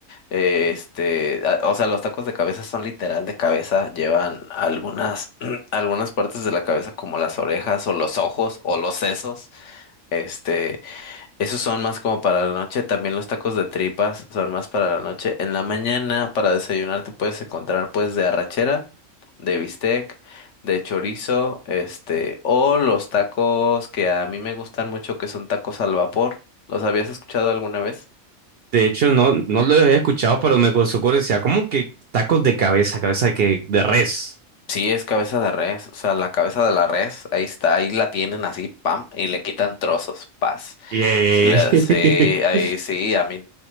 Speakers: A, on the left; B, on the right.
A: eh, este, a- o sea, los tacos de cabeza son literal de cabeza, llevan algunas, <clears throat> algunas partes de la cabeza como las orejas o los ojos o los sesos. Este, Esos son más como para la noche. También los tacos de tripas son más para la noche. En la mañana, para desayunar, te puedes encontrar pues de arrachera, de bistec, de chorizo, este, o los tacos que a mí me gustan mucho, que son tacos al vapor. ¿Los habías escuchado alguna vez?
B: De hecho, no, no lo había escuchado, pero me ocurrió ocurre, decía, ¿cómo que tacos de cabeza, cabeza de que de res?
A: Sí, es cabeza de res, o sea, la cabeza de la res, ahí está, ahí la tienen así, pam, y le quitan trozos, paz.
B: Y, eh,
A: Sí, la-
B: <laughs>
A: sí, ahí sí, a mí,